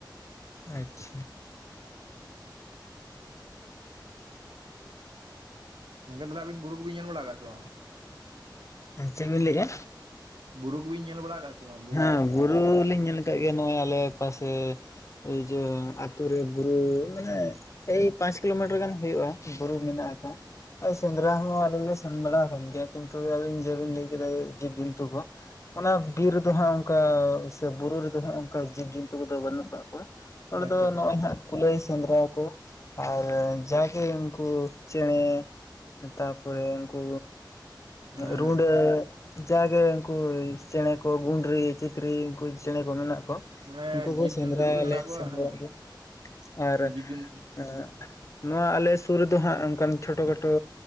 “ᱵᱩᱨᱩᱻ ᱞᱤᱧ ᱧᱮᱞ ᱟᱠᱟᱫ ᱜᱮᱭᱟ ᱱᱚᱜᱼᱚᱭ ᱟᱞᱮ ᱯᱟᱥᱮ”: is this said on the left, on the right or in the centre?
Left